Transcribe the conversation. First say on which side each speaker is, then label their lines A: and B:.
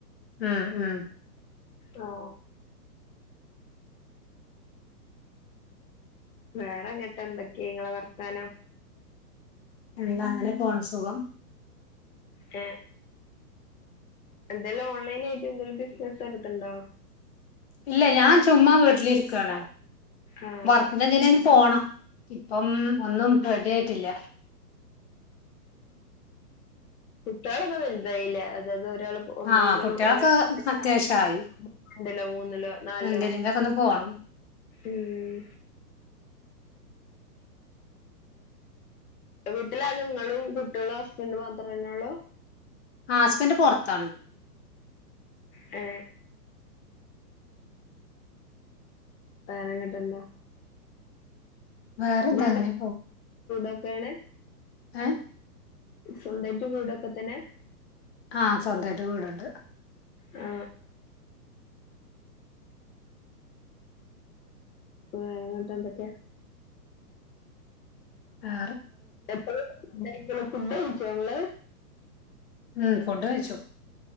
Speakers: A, on the left; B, on the left.
A: ഉം ഉം
B: ഓ വേറെങ്ങട്ട് എന്തൊക്കെയാ നിങ്ങളെ വർത്താനം
A: എല്ല അങ്ങനെ പോണം സുഖം
B: ഏ എന്തായാലും ഓൺലൈൻ ആയിട്ട് എന്തും ബിസിനസ് എടുത്ത്ണ്ടോ?
A: ഇല്ല ഞാൻ ചുമ്മാ വീട് ട്ട്‌ലിരിക്കാണ്
B: ആഹ്
A: വർക്കുന്നെന്തേലും പോണം ഇപ്പം ഒന്നും റെഡി ആയിട്ടില്ല
B: കുട്ടികളൊക്കെ വലുതായില്ല അത അത് ഒരാൾ ഒമ്പലോ
A: ആഹ് കുട്ടികളൊക്കെ
B: ഒ രണ്ടിലോ
A: അത്യാവശ്യായി
B: മൂന്നിലോ നാലോ
A: എന്തിനെങ്കിലൊക്കെ ഒന്ന് പോണം
B: ഉം വീട്ടിലാകെ ഇങ്ങളും കുട്ടികളും ഹസ്ബൻഡ് മാത്രന്നള്ളൂ
A: ഹസ്ബന്ഡ് പുറത്താണ്
B: ഏ വെറേങ്ങട്ട് എന്താ
A: വേറെന്താ
B: ജ
A: അങ്ങനെ
B: <unintelligible> വേണ
A: ഏ
B: സ്വന്തയിട്ട് വീടൊക്കെ തന്നെ
A: ആ സ്വന്തയിട്ട് വീടുണ്ട്
B: ആ വേറെങ്ങോട്ട എന്തൊക്കെയാ
A: ആ
B: <unintelligible> ച്ച ങ്ങള്
A: ഉം ഫുഡ് കഴിച്ചു